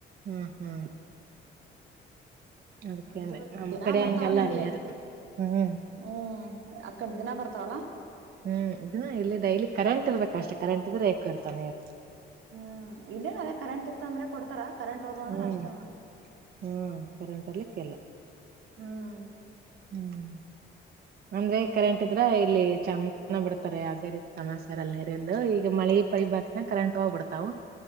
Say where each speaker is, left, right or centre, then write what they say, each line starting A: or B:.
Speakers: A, on the right; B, on the right.
A: ಹ್ಮ್ ಹ್ಮ್. ಅದಕ್ಕೇನೆ
B: ಅಂದ್ರ
A: ನಮ್
B: ದಿನಾ
A: ಕಡೆ
B: ಬರ್ತಾವ
A: ಹಂಗಲ್ಲ
B: ಹಿಂಗೆ
A: ನೀರು ಹ್ಮ್
B: ಹ್ಮ್ ಆಕಡೆ ದಿನ ಬರ್ತಾವಲ್ಲ
A: ಹ್ಮ್ ದಿನ ಇಲ್ಲಿ ಡೈಲಿ ಕರೆಂಟ್ ಇರ್ಬೇಕ್ ಅಷ್ಟೇ ಕರೆಂಟ್ ಇದ್ರೆ <unintelligible>
B: ಹ್ಮ್ ಇಲ್ಲೇನ್ ಅದೇ ಕರೆಂಟ್ ಇತ್ತು ಅಂದ್ರೆ ಕೊಡ್ತಾರ ಕರೆಂಟ್ ಹೋದ್ವು ಅಂದ್ರೆ
A: ಹ್ಮ್
B: ಅಷ್ಟೇ ನೋಡ
A: ಹ್ಮ್ ಕರೆಂಟ್ ಬರ್ಲಿಕ್ಕಿಲ್ಲ.
B: ಹ್ಮ್
A: ಹ್ಮ್ಮ್. ಅಂದ್ರೆ ಕರೆಂಟ್ ಇದ್ರ ಇಲ್ಲಿ ಚಂದನ ಬಿಡ್ತಾರ ಯಾವುದೇ ರೀತಿ ಸಮಸ್ಯ ಇರಲ್ಲ ನೀರಿಂದು ಈಗ ಮಳಿ ಪಳಿ ಬತ್ತಂದ್ರೆ ಕರೆಂಟ್ ಹೋಗ್ಬಿಡ್ತಾವು.